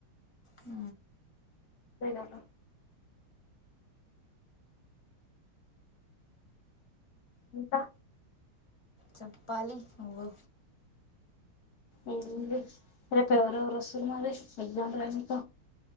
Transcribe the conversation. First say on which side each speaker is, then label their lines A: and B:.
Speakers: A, on the left; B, on the left.
A: ఊ
B: ఇప్పుడే గాదా ఇంకా
A: చెప్పాలీ నువ్వు
B: ఏంది రేపు ఎవరెవరు వస్తుర్రు మరి ఎగ్జామ్ రాయనీక